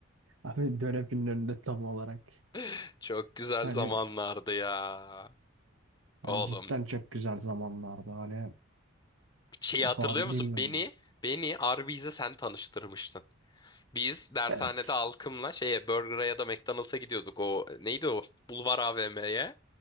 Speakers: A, on the right (about 75°); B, on the left (about 20°).
A: Abi dönepin önünde tam olarak.
B: <laughs> Çok güzel
A: Hani
B: zamanlardı ya. Oğlum
A: hani cidden çok güzel zamanlardı hani
B: şeyi hatırlıyor
A: ba- bilmiyorum
B: musun? Beni,
A: ya.
B: beni Arby's'e sen tanıştırmıştın. Biz dershanede
A: Evet.
B: alkımla şeye Burger'a ya da McDonald's'a gidiyorduk. O neydi o? Bulvar AVM'ye.